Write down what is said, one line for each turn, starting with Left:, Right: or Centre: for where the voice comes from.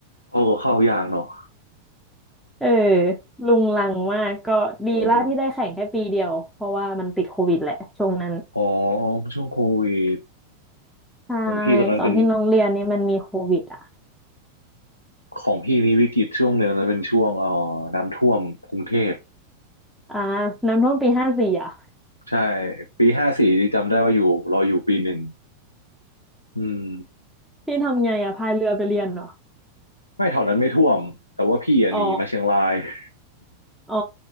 Left: เข้าก็เข้ายากเนาะ
Centre: เออลุงลังมากก็ดีละที่ได้แข่งแค่ปีเดียวเพราะว่ามันติดโควิดแหละช่วงนั้น
Left: เอออ๋อช่วงโควิด
Centre: ใช่
Left: ของพี่ตอนนั้นเป็น
Centre: ตอนที่น้องเรียนนี่มันมีโควิดอ่ะ
Left: ของพี่มีวิกฤตช่วงหนึ่งนะเป็นช่วงเอ่อน้ำท่วมกรุงเทพ
Centre: อ่าน้ำท่วมปีห้าสี่อ่ะ
Left: ใช่ปีห้าสี่จำได้ว่าอยู่เราอยู่ปีหนึ่งอืม
Centre: พี่ทำไงอ่ะพายเรือไปเรียนเหรอ
Left: ไม่แถวนั้นไม่ท่วมแต่ว่าพี่อะหนีมาเชียงราย
Centre: อ๋อ
Left: <laughs>
Centre: อ๋อ